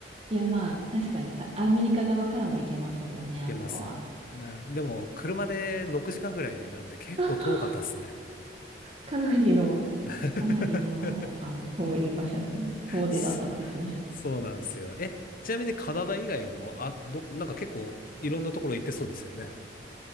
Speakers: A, on the right; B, on the left.
A: いやまあ、確かにかアメリカ側からも行けますもんね、あそこは。
B: けます。な、でも、車で6時間ぐらいなんて結構遠かったっすね。
A: あかなりの、
B: <laughs>
A: かなりの、あの、遠い場所に遠出だったんですね。
B: そそうなんですよ。え、ちなみにカナダ以外も、あ、ど、なんか結構いろんなところ行ってそうですよね。